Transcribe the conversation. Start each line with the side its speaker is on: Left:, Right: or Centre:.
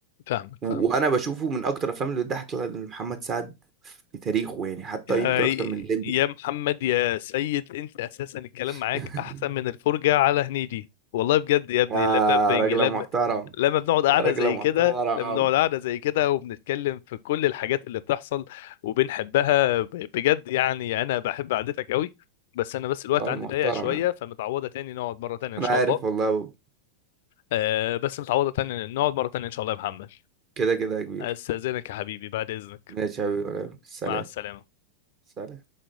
Left: فاهمك
Right: و-
Left: فاهمك
Right: وانا بشوفه من اكتر الافلام اللي بتضحك لمحمد سعد في تاريخه يعني حتى
Left: يا
Right: يمكن اكتر من الليمبي
Left: يا محمد يا سيد انت اساسا الكلام
Right: <laughs>
Left: معاك احسن من الفرجه على هنيدي والله بجد يا ابني
Right: يا
Left: لما بنج
Right: راجل
Left: لما
Right: محترم
Left: لما بنقعد قاعده
Right: يا راجل
Left: زي
Right: محترم
Left: كده لما بنقعد قاعده زي كده وبنتكلم في كل الحاجات اللي بتحصل وبنحبها ب- بجد يعني انا بحب قعدتك قوي بس انا بس الوقت
Right: آه،
Left: عندي
Right: محترم
Left: ضيق شويه
Right: يعني
Left: فمتعوضه تاني نقعد مره تانية ان
Right: انا
Left: شاء
Right: عارف
Left: الله
Right: والله
Left: آه بس متعوضه تاني نقعد مره تانية ان شاء الله يا محمد
Right: كده كده يا كبير
Left: استاذنك يا حبيبي بعد اذنك
Right: ماشي يا حبيبي سلام
Left: مع السلامه
Right: سلام